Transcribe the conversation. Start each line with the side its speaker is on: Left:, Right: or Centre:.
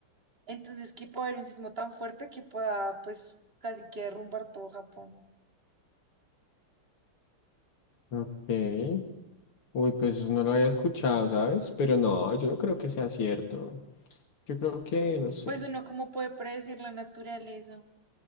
Right: Entonces, que puede haber un sismo tan fuerte que pueda, pues, casi que derrumbar todo Japón.
Left: Ok. Uy, pues eso no lo había escuchado, ¿sabes? Pero no, yo no creo que sea cierto. Yo creo que, no sé.
Right: Pues uno, ¿cómo puede predecir la naturaleza?